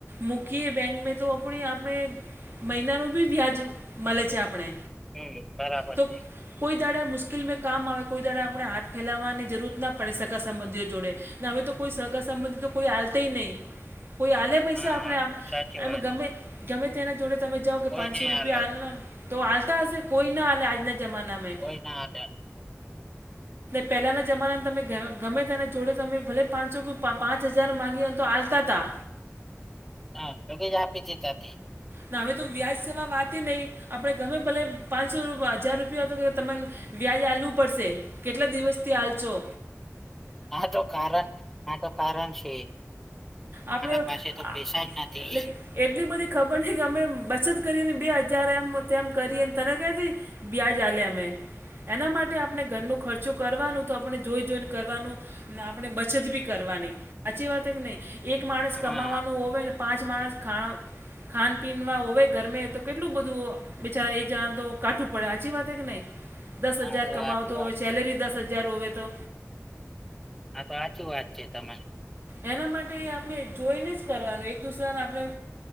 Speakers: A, on the right; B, in the centre.
A: મૂકીએ બેંક મે તો આપણી આપણે, મહિનાનું બી વ્યાજ મળલેે છે, આપણે.
B: હમ બરાબર
A: તો
B: છે.
A: કોઈ દાડે મુશ્કેલ મે કામ આવે કોઈ દાડે આપણે હાથ ફેલાવવાની જરૂર ના પડે સગા સંબંધીઓ જોડે. હવે તો કોઈ સહકાર સંબંધી તો કોઈ આલતે નહીં, કોઈ આલે, પૈસા
B: હા
A: આપણે
B: સાચી
A: એ
B: વાત
A: ગમે ગમે તેના જોડે તમે જાઓ કે
B: કોઈ
A: પાંચસો
B: નઈ
A: રૂપિયા
B: હાલે
A: આલ, તો આલતા હશે કોઈ ના આલે આજના જમાના મે,
B: કોઈ ના હાલે
A: પહેલાંના જમાનાને તમે ગમે તેના જોડે તમે ભલે પાંચસો ક પાંચ હજાર માગીને તો આલતા હતા.
B: હા લગે જ આપી દીધા તે,
A: ના હવે તો વ્યાજ સેવા વાત નહીં આપણે ગમે ભલે પાંચસો હજાર રૂપિયા હતો કે તમન, વ્યાજ આલવું પડશે કેટલા દિવસથી આલચો.
B: આ તો કારણ, આ તો કારણ છે. મારા
A: આપણે
B: પાસે તો
A: આ
B: પૈસા જ નથી.
A: લાઈક એટલી બધી ખબર ન કે અમે બચત કરીને બે હજાર એમ તેમમ કરીને તને કહેથી. વ્યાજ આલે અમે એના માટે આપણે ઘરનો ખર્ચો કરવાનું તો આપણે જોઈ જોઈને કરવાનું ને આપણે બચત બી કરવાની. સાચી વાત કે નહીં એક માણસ
B: હા
A: કમાવાનું
B: હા
A: હોવે ને પાંચ માણસ ખાણ ખાન પીનમાં હોવે ઘરમે તો કેટલું બધું, બિચારા એક જણાને તો કાઠું પડે હાચી વાતે હે કે નહી. દસ
B: આ
A: હજાર
B: તો
A: કમાવતો
B: સાચી વાત
A: હોય સેલેરી
B: છે
A: દસ હજાર હોવે તો,
B: હા તો આચી વાત છે તમારી,
A: એના માટે આપણે જોઈને જ કરવાનું એક દુસરાને આપણે,